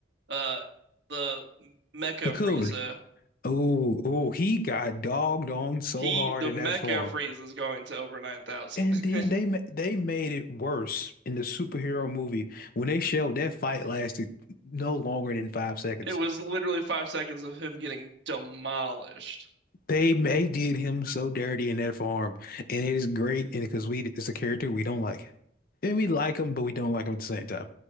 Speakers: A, on the right; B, on the left.
A: uh the Mecha
B: Cocoon.
A: Frieza.
B: Oh, oh, he got dogged on so
A: He
B: hard
A: the
B: in
A: Mecha
B: that form.
A: Frieza is going to over 9,000.
B: And then
A: <laughs>
B: they ma they made it worse in the superhero movie when they showed that fight lasted no longer than five seconds.
A: It was literally five seconds of him getting demolished.
B: They they did him so dirty in that farm, and it is great, and because we it's a character we don't like, and we like him, but we don't like him at the same time.